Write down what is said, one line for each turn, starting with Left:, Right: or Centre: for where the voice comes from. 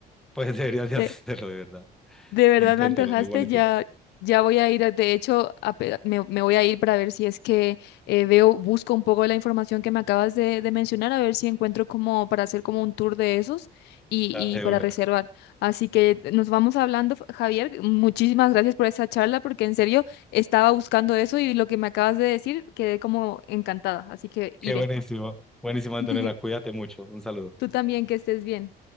Centre: Pues deberías de
Left: De,
Centre: hacerlo, de verdad.
Left: de verdad
Centre: Inténtalo,
Left: me antojaste,
Centre: muy bonito.
Left: ya, ya voy a ir. a- De hecho, ape- me, me voy a ir para ver si es que eh, veo, busco un poco de la información que me acabas de, de mencionar, a ver si encuentro como para hacer como un tour de esos y,
Centre: Dale,
Left: y
Centre: seguro.
Left: para reservar. Así que nos vamos hablando, F- Javier. Muchísimas gracias por esa charla, porque en serio estaba buscando eso y lo que me acabas de decir quedé como encantada. Así que iré.
Centre: Qué buenísimo. Buenísimo, Antonella.
Left: <laughs>
Centre: Cuídate mucho. Un saludo.
Left: Tú también, que estés bien.